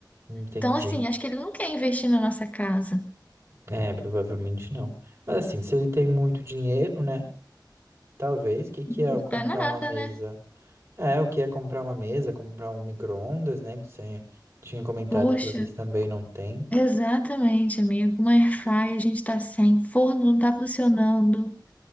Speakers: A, on the right (about 40°); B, on the left (about 20°).
A: entendi.
B: Então, assim, acho que ele não quer investir na nossa casa.
A: É, provavelmente não. Mas assim, se ele tem muito dinheiro, né? Talvez, o que que é
B: Não
A: eu comprar
B: tá nada,
A: uma mesa?
B: né?
A: É, o que é comprar uma mesa, comprar um micro-ondas, né? Que você tinha comentado
B: Poxa,
A: que vocês também não têm.
B: exatamente, amigo. Uma airfryer, a gente tá sem, forno não tá funcionando.